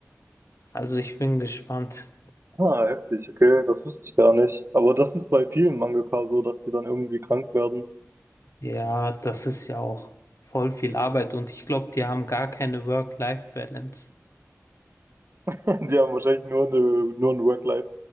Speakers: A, on the left (about 65°); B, on the right (about 50°).
A: Also ich bin gespannt.
B: Ah, heftig, okay, das wusste ich gar nicht. Aber das ist bei vielen Mangaka so, dass die dann irgendwie krank werden.
A: Ja, das ist ja auch voll viel Arbeit und ich glaube, die haben gar keine Work-Life-Balance.
B: Die haben wahrscheinlich nur, eine, nur ein Work-Life.